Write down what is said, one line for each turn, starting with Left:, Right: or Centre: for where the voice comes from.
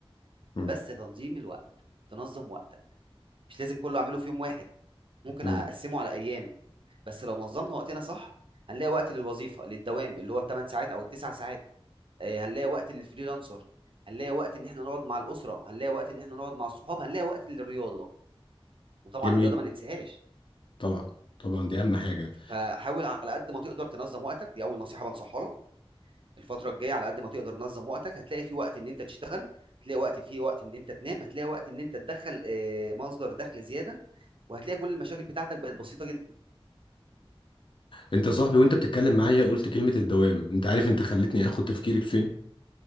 Left: مم.
Right: بس تنظيم الوقت تنظم وقتك مش لازم كله اعمله في يوم واحد ممكن
Left: مم.
Right: اقسمه على ايام بس لو نظمنا وقتنا صح هنلاقي وقت للوظيفه للدوام اللي هو الثمان ساعات او التسع ساعات آه، هنلاقي وقت للفريلانسر هنلاقي وقت ان احنا نقعد مع الاسره هنلاقي وقت ان احنا نقعد مع الصحاب هنلاقي وقت للرياضه وطبعا
Left: جميل
Right: الرياضه ما ننساهاش
Left: طبعا طبعا دي اهم حاجه
Right: فحاول على قد ما تقدر تنظم وقتك دي اول نصيحه بنصحها لك الفتره الجايه على قد ما تقدر تنظم وقتك هتلاقي في وقت ان انت تشتغل هتلاقي وقت في وقت ان انت تنام هتلاقي وقت ان انت تدخل آه، مصدر دخل زياده وهتلاقي كل المشاكل بتاعتك بقت بسيطة جدا
Left: انت يا صاحبي وانت بتتكلم معايا قلت كلمة الدوام انت عارف انت خلتني اخد تفكيري لفين